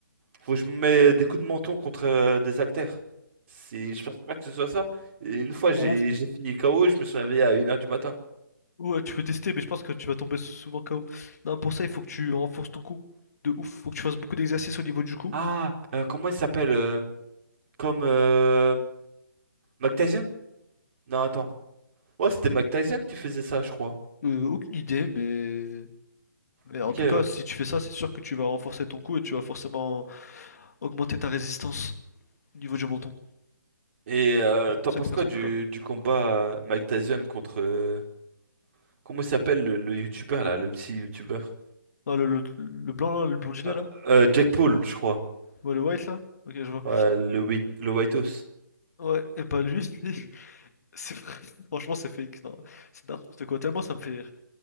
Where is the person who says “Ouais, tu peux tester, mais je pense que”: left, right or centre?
Left